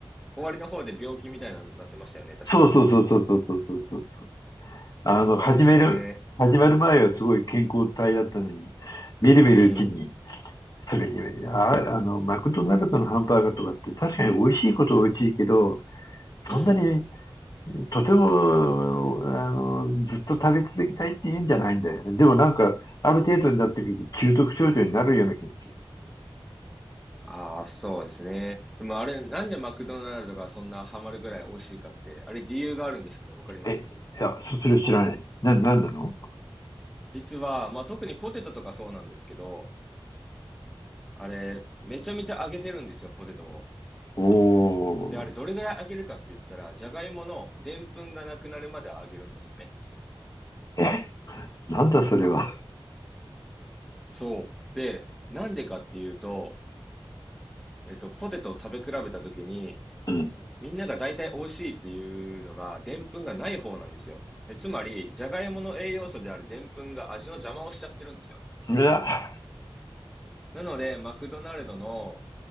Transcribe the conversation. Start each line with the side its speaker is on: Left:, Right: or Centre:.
Centre: 終わりの方で病気みたいなのになってましたよね、確か。
Left: そうそうそうそうそうそうそうあの、
Centre: 怖いですね。
Left: 始める、始まる前はすごい健康体だったのに、みるみるうちに、
Centre: うん、
Left: それに、あ、あの、マクドナルドのハンバーガーとかって確かに美味しいことは美味しいけど、
Centre: うん。
Left: そんなに、とても、あの、ずっと食べ続けたいって言うんじゃないんだよね。でもなんか、ある程度になってくると、中毒症状になるような気持ち
Centre: ああ、そうですね。でもあれ、なんでマクドナルドがそんなハマるぐらい美味しいかって、あれ理由があるんですけど、わかります
Left: え、いや、そそれ知らない。な、なんなの
Centre: 実は、まあ、特にポテトとかそうなんですけど、あれ、めちゃめちゃ揚げてるんですよ、ポテトを。
Left: お
Centre: で、あれ、
Left: ー。
Centre: どれぐらい揚げるかって言ったら、じゃがいものでんぷんがなくなるまで揚げるんですよね。
Left: え、なんだそれは。
Centre: そう。で、なんでかっていうと、えっと、ポテトを食べ比べたときに、
Left: うん。
Centre: みんなが大体美味しいっていうのが、でんぷんがない方なんですよ。えつまり、じゃがいもの栄養素であるでんぷんが味の邪魔をしちゃってるんですよね。
Left: うわ
Centre: なので、マクドナルドの、